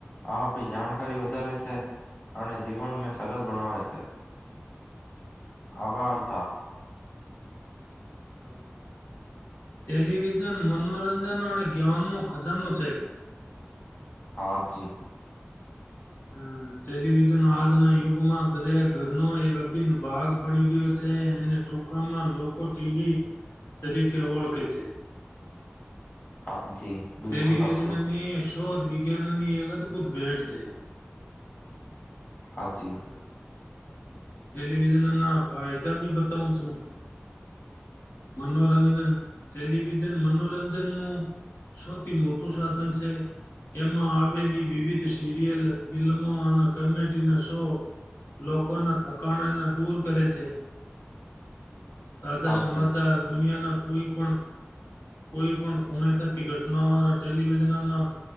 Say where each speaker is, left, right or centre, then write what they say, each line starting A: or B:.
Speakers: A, on the left; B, on the left.
A: આપણી જાણકારી વધારે છે અને જીવન મેં સરળ બનાવે છે. આભારતા.
B: હા બરાબર ટેલિવિઝન મનોરંજન અને જ્ઞાનનો ખજાનો છે.
A: હા, જી.
B: હમ્મ ટેલિવિઝન આજના યુગમાં દરેક ઘરનો એક અભિન્ન ભાગ બની ગયો છે અનેને ટૂંકામાં લોકો ટીવી તરીકે ઓળખે છે.
A: હાજી બિલકુલ
B: ટેલિવિઝનની
A: સાચું
B: શોધ વિજ્ઞાનની એક અદભૂત ભેટ છે. હમ્મ
A: હાજી
B: ટેલિવિઝનના ફાયદા ભી બતાવું છું. મનોરંજન ટેલિવિઝન મનોરંજનનું સૌથી મોટું સાધન છે એમાં આવેલી વિવિધ સિરિયલ ફિલ્મો અને કોમેડીના શો લોકોના કાણના દૂર કરે છે. તાજા
A: હાજી
B: સમાચાર દુનિયા કોઈ પણ કોઈ પણ ખૂણે થતી ઘટનાઓ અને ટેલિવિઝનનાં